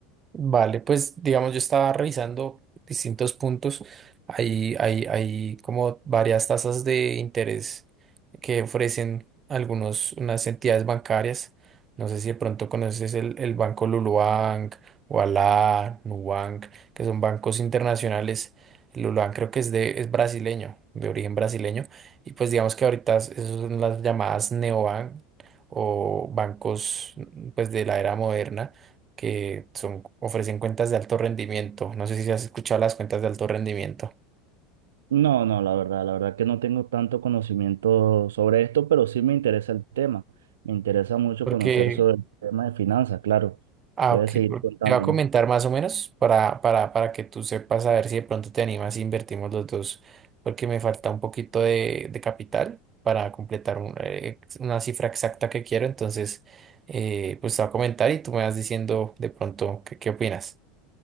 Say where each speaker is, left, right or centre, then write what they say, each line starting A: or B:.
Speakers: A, on the right (about 30°); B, on the right (about 75°).
A: Vale, pues digamos, yo estaba revisando distintos puntos. Hay, hay, hay como varias tasas de interés que ofrecen algunos, unas entidades bancarias. No sé si de pronto conoces el, el banco Lulubank, Ualá, Nubank, que son bancos internacionales. El Lulubank creo que es de, es brasileño, de origen brasileño. Y pues digamos que ahorita esas son las llamadas neobank o bancos pues de la era moderna que son, ofrecen cuentas de alto rendimiento. No sé si has escuchado las cuentas de alto rendimiento.
B: No, no, la verdad, la verdad que no tengo tanto conocimiento sobre esto, pero sí me interesa el tema. Me interesa mucho
A: Porque,
B: conocer sobre el tema de finanzas, claro.
A: ah,
B: Puedes
A: ok,
B: seguir
A: por-
B: contándome.
A: te va a comentar más o menos para, para, para que tú sepas a ver si de pronto te animas y invertimos los dos, porque me falta un poquito de, de capital para completar un- eh, una cifra exacta que quiero. Entonces, eh, pues te va a comentar y tú me vas diciendo de pronto qué, qué opinas.